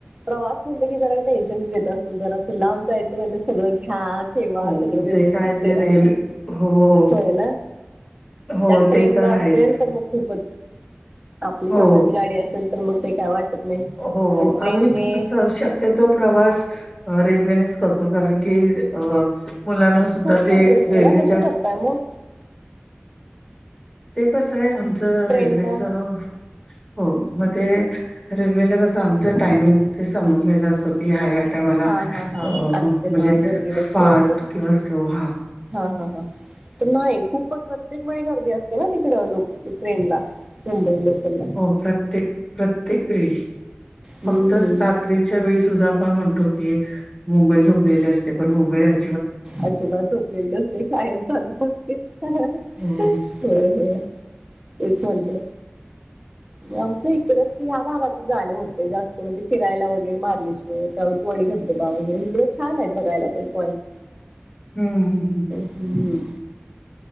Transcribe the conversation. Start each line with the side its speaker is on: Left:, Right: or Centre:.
Right: प्रवास म्हणल की जरा टेन्शन येत असल जरासं लांब जायचं म्हणल्यावर सगळं घ्या. ठेवा
Centre: हो
Right: सगळं व्यवस्थित
Centre: जे काय
Right: करा
Centre: ते रेल हो
Right: होय ना
Centre: हो
Right: त्यात ट्रेन
Centre: ते तर
Right: न असेल
Centre: आहेच
Right: तर मग खूपच आपली
Centre: हो
Right: स्वतःची गाडी असेल तर मग ते काय वाटत नाही.
Centre: हो
Right: पण ट्रेनने
Centre: आम्हीच स शक शक्यतो प्रवास रेल्वेनेच करतो कारण की अ मुलांना सुद्धा
Right: खूप गर्दी
Centre: ते
Right: असते
Centre: रेल्वेच्या
Right: ना कसं करताय मग
Centre: ते कसं आहे आमचं
Right: ट्रेनला
Centre: रेल्वेचं हो म ते रेल्वेला कसं आमचं टायमिंग ते समजलेलं असत हया हया टाईमाला
Right: हा हा हा
Centre: अ म्हणजे
Right: असते हा गर्दी नसते
Centre: फास्ट
Right: वगैरे
Centre: किंवा स्लो हा
Right: हा हा हा त नाही खूपच प्रत्येक वेळी गर्दी असते ना तिकड लोक ट्रेन ला मुंबई लोकल ला
Centre: हो प्रत्येक प्रत्येक वेळी
Right: हम्म
Centre: फक्त श्रात र्रीच्या वेळी सुद्धा आपण म्हणतो की मुंबई झोपलेली असते. पण मुंबई अजि
Right: अजिबात झोपलेली नसते, कायम चालूच असते. होय,
Centre: हो. हम्म
Right: होय तेच म्हणलं. आमचं इकडच की ह्या भागातच जाण होतय जास्त, म्हणजे फिरायला वगैरे मारली हो ताऊतवाडी धबधबा वगैरे, इकडं छान आहेत बघायला पण पॉइंट.
Centre: हम्म, हम्, हम्
Right: ह्हह